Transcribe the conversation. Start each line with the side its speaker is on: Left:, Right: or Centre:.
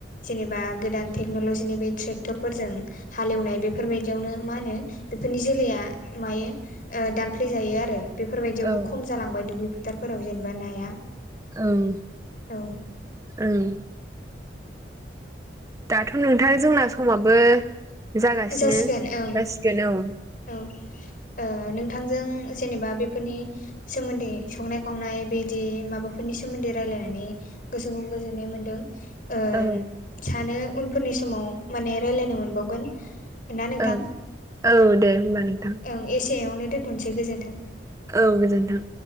Left: जेनेबा गोदान टेक्नल'जिनि बे ट्रेक्टरफोरजों हालेवनाय बेफोरबाय दियावनो मा होनो बेफोरनि जोलैया मायो दानफ्ले जायो आरो बेफोरबायदियावबो
Right: औ
Left: खम जालांबाय दुब्लि फोथारफोराव जेनेबा नाया
Right: ओं
Left: औ
Right: ओं दाथ' नोंथां जोंना समाबो जागासिनो
Left: जासिगोन
Right: जासिगोन
Left: ओं
Right: औ
Left: औ ओ नोंथांजों जेनेबा बेफोरनि सोमोन्दै संनाय खावनाय बिदि माबाफोरनि सोमोन्दै रायलायनानै गोसोखौ गोजोननाय मोनदों ओ
Right: औ
Left: सानो उनफोरनि समाव माने रायलायनो मोनबावगोन ना नोंथां
Right: औ औ दे होमबा नोंथां
Left: ओं एसेयावनो दोनथ'नोसै गोजोन्थों
Right: औ गोजोनथों